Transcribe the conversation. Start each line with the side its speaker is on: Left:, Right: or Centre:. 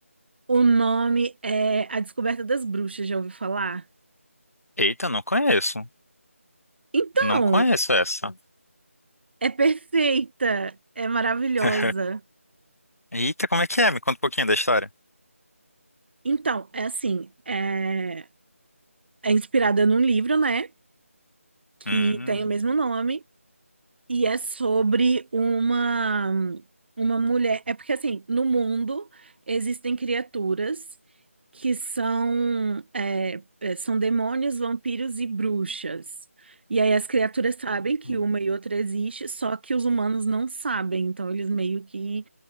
Right: O nome é A Descoberta das Bruxas, já ouviu falar?
Left: Eita, não conheço.
Right: Então,
Left: Não conheço essa.
Right: é perfeita, é maravilhosa.
Left: <laughs> Eita, como é que é? Me conta um pouquinho da história.
Right: Então, é assim, é, é inspirada num livro, né? Que
Left: Hum,
Right: tem o mesmo nome. E é sobre uma uma mulher. É porque assim, no mundo existem criaturas que são é, é, são demônios, vampiros e bruxas. E aí as criaturas sabem que
Left: hum,
Right: uma e outra existe, só que os humanos não sabem, então eles meio que